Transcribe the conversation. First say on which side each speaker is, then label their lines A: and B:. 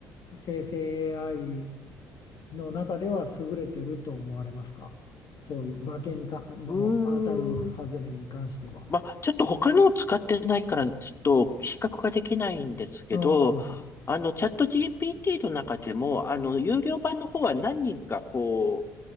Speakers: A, on the left; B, on the left.
A: 生成 AI の中では優れてると思われますかそういう馬券にかの当たる外れに関しては。
B: うーん。まあ、ちょっと他のを使ってないから、ちょっと比較ができないんですけど、
A: ああ、そうですか。
B: あの、チャット GPT の中でも、あの、有料版の方は何人か、こう、